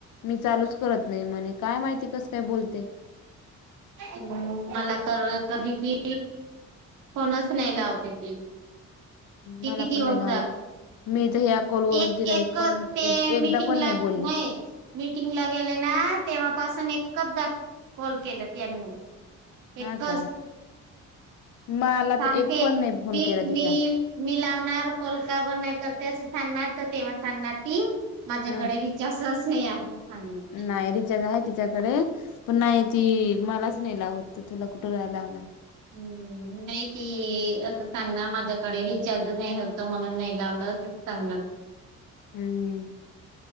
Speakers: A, on the left; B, on the right.
A: मी चालूच करत नाही म्हणे काय माहिती कस काय बोलते
B: अम् मला तर कधी कि फणच न लावते की किती
A: मला
B: दिवस
A: पण नाही लावत
B: झाले
A: मी तर ह्या कॉलवरून
B: एक
A: तिला
B: एक
A: पण
B: ते
A: एकदा
B: मीटिंग
A: पण
B: ला
A: बोलली
B: नाही मीटिंग ला गेले ना तेव्हापासून एकचदा कॉल केलं त्यांनी
A: हा
B: एक कस
A: का मला
B: सांगते
A: तर एक पण नाही फोन
B: मी
A: केला तिचा
B: मी मी लावणार कोलका बन नाही करते सांगणार तर तेव्हा सांगणार ती माझ्याकडे
A: ह
B: रज सह असने आहे सांगणार.
A: नाही रिजचा आहे तिथ त्याच्याकडे पण नाही त मलाच नेलावत तुला कुठे रा लावणार.
B: हम्म. नाही त आता सांगणार माझ्याकडे रिचार्ज नाही होत म्हणून नाही लावलं असंच सांगणार.
A: हम्म.